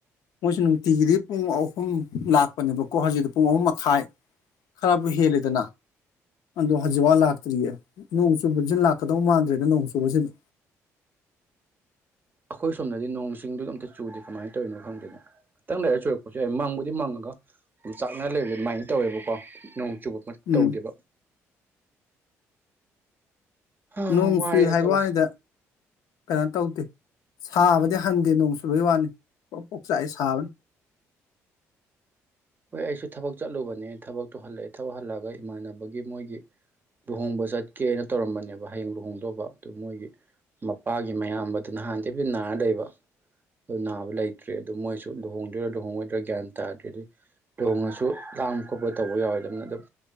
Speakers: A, on the left; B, on the right.
A: ꯃꯣꯏꯁꯨ ꯅꯨꯡꯇꯤꯒꯤꯗꯤ ꯄꯨꯡ ꯑꯍꯨꯝ ꯂꯥꯛꯄꯅꯦꯕꯀꯣ ꯍꯧꯖꯤꯇꯤ ꯄꯨꯡ ꯑꯍꯨꯝ ꯃꯈꯥꯏ ꯈꯔꯕꯨ ꯍꯦꯜꯂꯦꯗꯅ ꯑꯗꯣ ꯍꯧꯖꯤꯛꯕꯥꯎ ꯂꯥꯛꯇ꯭ꯔꯤꯌꯦ꯫ ꯅꯣꯡ ꯆꯨꯕꯖꯤ ꯂꯥꯛꯀꯗꯧ ꯃꯥꯟꯗ꯭ꯔꯦꯗ ꯅꯣꯡ ꯆꯨꯕꯖꯤꯗ꯫
B: ꯑꯩꯈꯣꯏ ꯁꯣꯝꯗꯗꯤ ꯅꯣꯡ ꯏꯁꯤꯡꯗꯤ ꯑꯝꯇ ꯆꯨꯗꯦ ꯀꯃꯥꯏ ꯇꯧꯔꯤꯅꯣ ꯈꯪꯗꯦꯅ ꯈꯤꯇꯪ ꯂꯩꯔꯒ ꯆꯨꯔꯛꯄꯁꯨ ꯌꯥꯏ ꯃꯪꯕꯨꯗꯤ ꯃꯪꯉꯒ ꯎꯝꯆꯥꯛꯅ ꯂꯩꯕ ꯑꯗꯨꯃꯥꯏꯅ ꯇꯧꯋꯦꯕꯀꯣ ꯅꯣꯡ <unintelligible>
A: ꯎꯝ
B: ꯇꯧꯗꯦꯕ꯫ ꯍꯥ
A: ꯅꯣꯡ
B: ꯋꯥꯔꯦꯗ
A: ꯆꯨꯏ ꯍꯥꯏꯕ
B: ꯇꯧꯔꯤꯁꯦ꯫
A: ꯋꯥꯅꯤꯗ ꯀꯩꯅꯣ ꯇꯧꯗꯦ ꯁꯥꯕꯗꯤ ꯍꯟꯗꯦ ꯅꯣꯡ ꯆꯨꯕꯩ ꯋꯥꯅꯤ ꯄ꯭ꯔꯣꯛ ꯄ꯭ꯔꯣꯛ ꯆꯥꯛꯏ ꯁꯥꯕꯅ꯫
B: ꯍꯣꯏ ꯑꯩꯁꯨ ꯊꯕꯛ ꯆꯠꯂꯨꯕꯅꯦ ꯊꯕꯛꯇꯨ ꯍꯜꯂꯛꯑꯦ ꯊꯕꯛ ꯍꯜꯂꯛꯑꯒ ꯏꯃꯥꯟꯅꯕꯒꯤ ꯃꯣꯏꯒꯤ ꯂꯨꯍꯣꯡꯕ ꯆꯠꯀꯦꯅ ꯇꯧꯔꯝꯕꯅꯦꯕ ꯍꯌꯦꯡ ꯂꯨꯍꯣꯡꯗꯧꯕ ꯑꯗꯨ ꯃꯣꯏꯒꯤ ꯃꯄꯥꯒꯤ ꯃꯌꯥꯝꯕꯗꯨ ꯅꯍꯥꯟꯗꯒꯤ ꯅꯥꯔ ꯂꯩꯕ ꯑꯗꯨ ꯅꯥꯕ ꯂꯩꯇ꯭ꯔꯦ ꯑꯗꯨ ꯃꯣꯏꯁꯨ ꯂꯨꯍꯣꯡꯗꯣꯏꯔꯥ ꯂꯨꯍꯣꯡꯉꯣꯏꯗꯣꯏꯔꯥ ꯒ꯭ꯌꯥꯟ ꯇꯥꯗ꯭ꯔꯦ ꯑꯗꯨꯒꯤ ꯂꯨꯍꯣꯡꯉꯁꯨ ꯂꯥꯡꯕ ꯈꯣꯠꯄ ꯇꯧꯕ ꯌꯥꯎꯔꯣꯏꯗꯃꯤꯅ ꯑꯗꯨꯝ